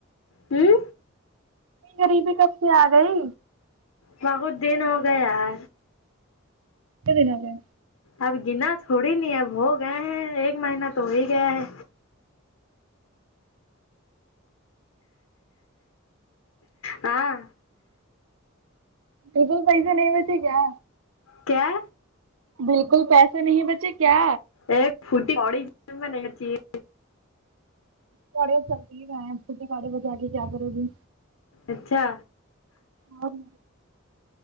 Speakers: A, on the left; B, on the right.
A: ہوں
B: غریبی کب سے آ گئی
A: بہغوت دن ہو گئے ہے
B: کبھی نہیں گئے
A: اب گنا تھوڑی نہیں اب ہو گئے ہیں ایک مہینہ تو ہو ہی گیا ہے ہاں
B: ڈبل پیسہ نہیں ہوے تھے کیا
A: کیا
B: بالکل پیسے نہیں بچے کیا
A: ایک فٹی کاڑی میں نہیں لکتی ہے
B: چالو چلدی جایں پھوٹی کاڑی بجا کے کرو گی
A: اچھا
B: ہاں